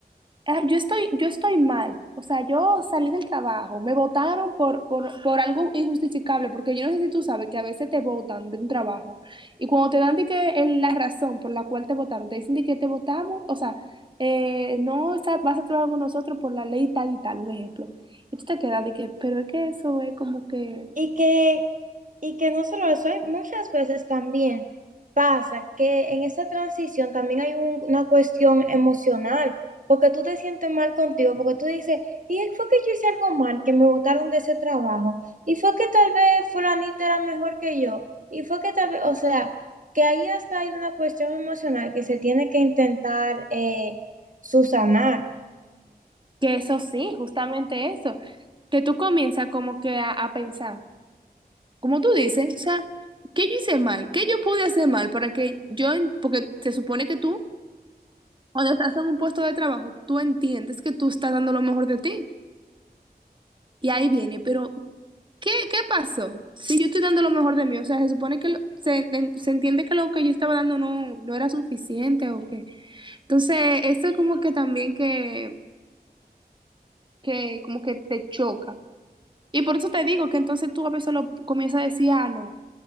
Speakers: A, on the right; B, on the right.
A: ah, yo estoy, yo estoy mal. O sea, yo salí del trabajo, me votaron por, por, por algo injustificable, porque yo no sé si tú sabes que a veces te votan de un trabajo y cuando te dan de que en la razón por la cual te votaron, te dicen de que te votamos, o sea, eh, no sa- vas a trabajar con nosotros por la ley tal y tal, un ejemplo. Y tú te quedas de que, pero es que eso es como que
B: Y que, y que no solo eso, hay muchas veces también pasa que en esa transición también hay un- una cuestión emocional, porque tú te sientes mal contigo, porque tú dices, y fue que yo hice algo mal, que me botaron de ese trabajo, y fue que tal vez fulanita era mejor que yo, y fue que tal vez, o sea, que ahí hasta hay una cuestión emocional que se tiene que intentar eh, subsanar.
A: Que eso sí, justamente eso, que tú comienzas como que a, a pensar, como tú dices, o sea, ¿qué yo hice mal? ¿Qué yo pude hacer mal para que yo, en- porque se supone que tú, cuando estás en un puesto de trabajo, tú entiendes que tú estás dando lo mejor de ti. Y ahí viene, pero ¿qué, qué pasó? Si yo estoy dando lo mejor de mí, o sea, se supone que lo- se, en- se entiende que lo que yo estaba dando no, no era suficiente o qué. Entonces, esto es como que también que, que como que te choca. Y por eso te digo que entonces tú a veces lo comienzas a decir, ah, no,